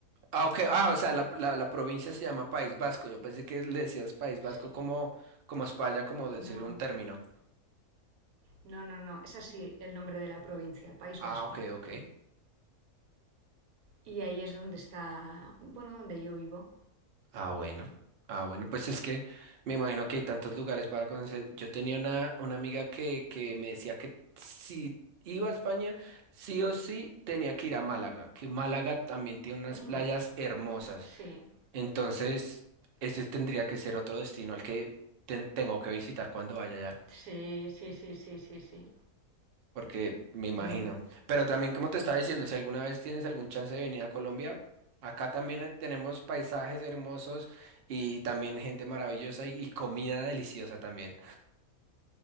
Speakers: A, on the right (about 60°); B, on the right (about 80°).
A: Ah, ok. Ah, o sea, la, la- la provincia se llama País Vasco. Yo pensé que le decías País Vasco
B: Sí.
A: como, como a España, como decir
B: No,
A: un término.
B: no, no, no. Es así el nombre de la provincia, País
A: Ah,
B: Vasco.
A: ok, ok.
B: Y ahí es donde está, bueno, donde yo vivo.
A: Ah, bueno. Ah, bueno, pues es que me imagino que hay tantos lugares para conocer. Yo tenía una, una amiga que, que me decía que si iba a España, sí o sí tenía que ir a Málaga, que Málaga también tiene unas
B: Mm,
A: playas hermosas.
B: sí,
A: Entonces, ese tendría que ser otro destino al que ten- tengo que visitar cuando vaya allá,
B: sí, sí, sí, sí, sí, sí.
A: porque me imagino.
B: Mm.
A: Pero también, como te estaba diciendo, si alguna vez tienes algún chance de venir a Colombia, acá también eh, tenemos paisajes hermosos y también gente maravillosa y, y comida deliciosa también.